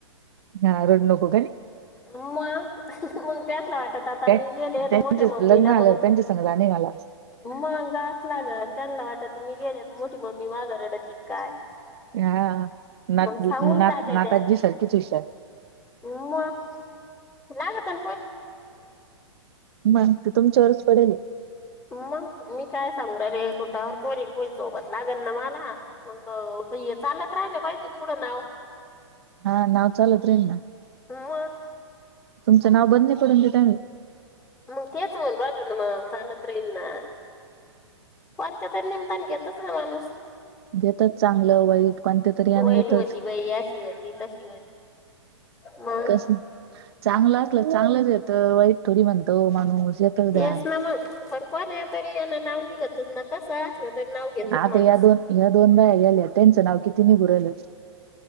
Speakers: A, on the right; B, on the left.
A: हा रडू नको काय
B: मग मग त्याच आता मी
A: काय
B: गेले
A: त्यांचे
B: मोठे मम्मीला
A: लग्न झाल्यावर
B: मग
A: त्यांच्या संग जाणे मला
B: मग च लागल त्यांना वाटत मी गेले तर मोठी मम्मी माग रडत येईल काय
A: हा नात
B: मग सांगून
A: नात
B: जहात्या
A: नाताजी
B: त्या
A: सारखीच हुशार
B: मग लागतल
A: मग ती तुमच्यावरच पडेल
B: मग मी काय सांगुण राहिले कुटावरर कोरंग कोण सोबत लागल ना मला मग हे चालत राहिल पाहिजे ना हे पुढं नाव
A: हा नाव चालत राहिलना
B: मग.
A: तुमचं नाव बंद नाही करून देेल.
B: मग तेच म्हणून राहिलो ना, मग सालत येना कोणत्या तर निमताना घेतच ना माणूस.
A: घेतच चांगलं वाईट, कोणत तरी यान
B: वाईट
A: येतच.
B: होती बाई अशी होती तशी होती. मग
A: कस चांगलं. चांगलंच येत वाईट थोडी म्हणतो माणूस येतच
B: तेच
A: द्या.
B: ना मग पण कोण्या तरी याना नाव निघतच ना कसं असलं तरी नाव घेतच
A: आता
B: माणूस.
A: या, दोन या दोन बाय गेल्या त्यांचं नाव किती किती नघून राहिलो करालो.